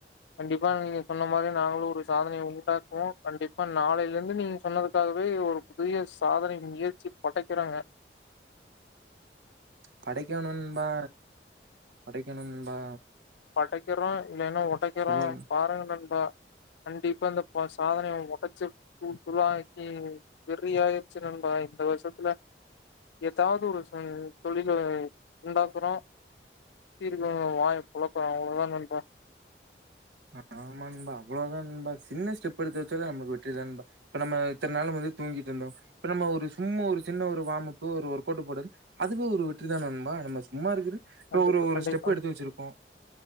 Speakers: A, on the left; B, on the right.
A: கண்டிப்பா நீங்க சொன்ன மாதிரி நாங்களு ஒரு சாதனைய உண்டாக்குவோ கண்டிப்பா நாளைல இருந்து நீங்க சொன்னதுக்காகவே வே ஒரு புதிய சாதனை முயற்சி படைக்கிறோங்க
B: படைக்கணு நண்பா படைக்கணு நண்பா
A: படைக்கிறோ இல்லைனா ஒடைக்கிறோ
B: சொல்லணு
A: பாருங்க நண்பா கண்டிப்பா இந்த ப சாதனைய ஒடச்சி தூள் தூளாக்கி வெறியாயிருச்சு நண்பா இந்த வருஷத்துல எதாவுது ஒரு செ தொழில உண்டாக்குறோ சுத்தி இருக்கவங்க வாய பொளக்குறோ அவ்ளோ தா நண்பா
B: ஆ ஆமா நண்பா அவ்ளோதா நண்பா சின்ன ஸ்டெப் எடுத்து வச்சாலே நமக்கு வெற்றி தா நண்பா இப்ப நம்ம இத்தன் நாள் வந்து தூங்கிட்ருந்தோ இப்ப நம்ம ஒரு சும்மா ஒரு சின்ன ஒரு வாமப்பு ஒரு ஒர்க்கவ்ட்டு போடு அதுவே ஒரு வெற்றி தான் நண்பா நம்ம சும்மா இருக்ற இப்ப
A: கண்டிப்பா
B: ஒரு ஒரு
A: கண்டிப்பா
B: ஸ்டெப் எடுத்து வச்சிருக்கோ